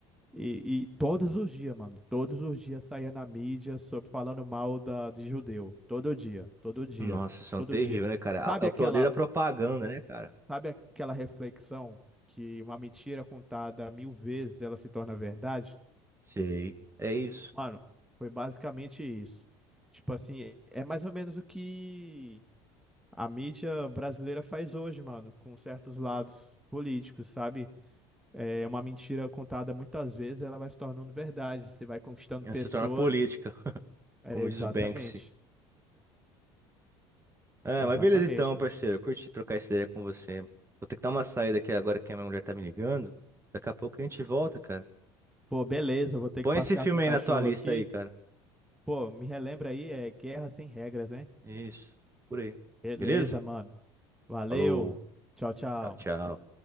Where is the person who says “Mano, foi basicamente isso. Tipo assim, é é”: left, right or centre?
Centre